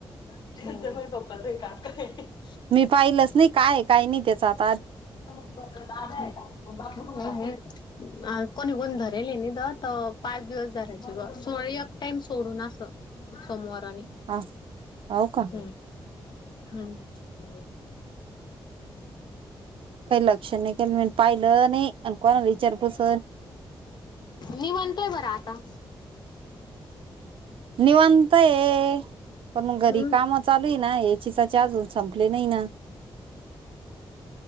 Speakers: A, on the left; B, on the right.
A: <unintelligible>
B: मी पाहिलंच नाही काय काही नाही त्याचात
A: <unintelligible> कोणी कोण धरेल ये नी द त पाच दिवस धरायची बॉ सोळी एक टाइम सोडून असं सोमवार. आणि
B: हा हो का
A: <unintelligible> हम्म.
B: काही लक्ष नही केलं नी अन पाहिलं नाही आण कोणाल वी चार पूस
A: निवांत ये बरं आता.
B: निवांत ये पण मंग घरी
A: हम्म
B: कामं चालू हे ना ये चीचाची अजून संपले नाही ना.